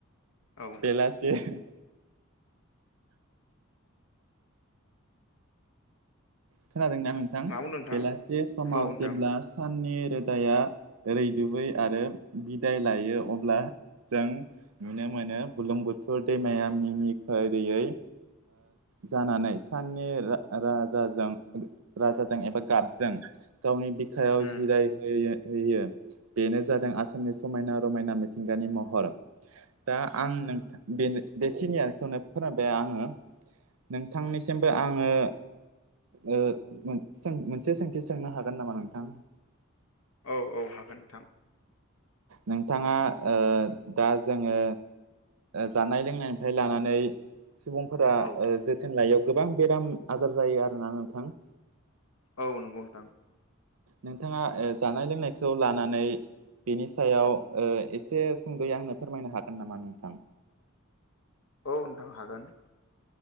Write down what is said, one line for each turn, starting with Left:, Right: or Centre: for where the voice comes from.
Left: औ।
Right: <unintelligible> <unintelligible> खोनादोंनाा नोंथां
Left: मा बुंदों नोंथाङा
Right: बेलासि समाव
Left: औ नोंथां
Right: जेब्ला साननि रोदाया रैदुबै आरो बिदाय लायो अब्ला जों नुनो मोनो बुलुं बुथुर दैमाया मिनि खैरोयै जानानै साननि राज राजाजों एबा गाबजों गावनि बिखायाव
Left: उम
Right: जिराय होयो। बेनो जादों आसामनि समायना रमायना मिथिंगानि महर। दा आं नोंथां बेनो बे खिनि खौनो फोरमायबाय आङो नोंथांनिसिमबो आङो। ओ मोनसे सोंथि सोंनो हागोन नामा नोंथां?
Left: औ औ हागोन नोंथां।
Right: नोंथाङा ओ दा जोङो जानाय लोंनायनिफ्राय लानानै सुबुंफोरा
Left: औ
Right: जोथोन लायैआव गोबां बेराम आजार जायो आरोना नोंथां।
Left: औ नंगौ नोंथां।
Right: नोंथांङा जानाय लोंनायखौ लानानै। बेनि सायाव ओ एसे सुंद'यै आंनो फोरमायनो हागोन नामा नोंथां?
Left: औ नोंथां हागोन।